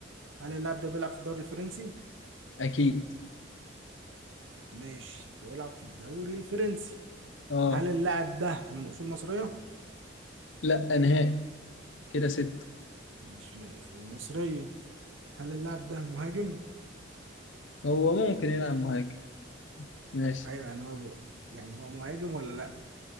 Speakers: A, on the right; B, on the left.
A: هل اللاعب ده بيلعب في الدوري الفرنسي؟
B: أكيد
A: ماشي بيلعب في الدوري الفرنسي
B: اه
A: هل اللاعب ده من أصول مصرية؟
B: لا نهائي كده ستة
A: مش من أصول مصرية هل اللاعب ده مهاجم؟
B: هو ممكن يلعب مهاجم ماشي
A: أيوه يعني هو يعني هو مهاجم ولا لأ؟